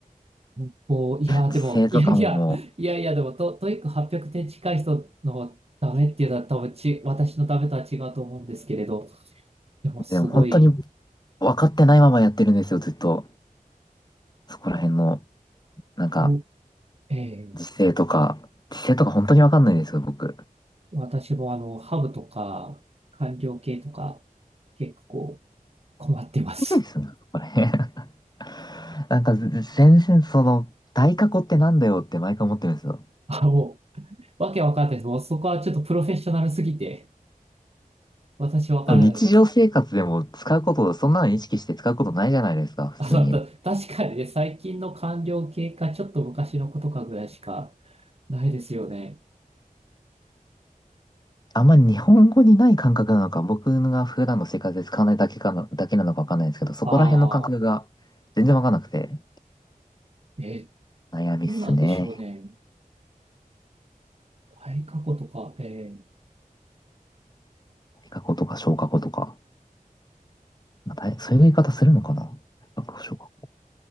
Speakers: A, on the right; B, on the left.
A: 文法、いや、
B: 時制とかもも
A: でも、いやいや、<laughs> いやいや、でもト、トイック800点近い人のダメっていうのは多分ち、私のダメとは違うと思うんですけれど、でもすごい、
B: う、でも本当に分かってないままやってるんですよ、ずっと。そこら辺の、なんか、
A: おえー
B: 時制とか、時制とか本当にわかんないんですよ、僕。
A: 私もあの、ハブとか、官僚系とか、結構困ってます。
B: そうですね、そこら辺。<laughs> なんか、全然その、大過去ってなんだよって毎回思ってるんですよ。
A: あ、もう、わけわかんないです。もうそこはちょっとプロフェッショナルすぎて、私わからないです。
B: でも日常生活でも使うこと、そんなの意識して使うことないじゃないですか、普通に。
A: あの、た確かにね、最近の官僚系か、ちょっと昔のことかぐらいしかないですよね。
B: あんまり日本語にない感覚なのか、僕が普段の生活で使わないだけかな、だけなのかわかんないですけど、そこら辺の感覚が全然わかんなくて、
A: ああ、えー、
B: 悩みっすね。
A: どうなんでしょうね。大過去とか、えー、い
B: 大過去とか小過去とか。まあ、大そういう言い方するのかな対過去、小過去。